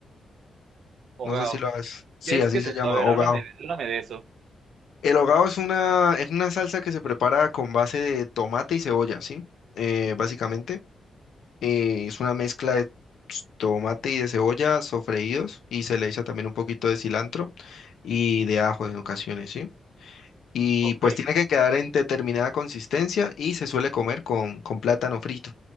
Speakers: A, on the right; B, on the left.
A: Hogao,
B: no sé si lo has. Sí,
A: ¿qué es
B: así
A: que es
B: se
A: eso?
B: llama,
A: A ver,
B: hogao.
A: háblame, háblame de eso.
B: El hogao es una, es una salsa que se prepara con base de tomate y cebolla, ¿sí? Eh, básicamente, eh, es una mezcla de ts- tomate y de cebolla sofreídos y se le echa también un poquito de cilantro y de ajo en ocasiones, ¿sí? Y
A: Ok,
B: pues tiene que quedar en determinada consistencia y se suele comer con, con plátano frito,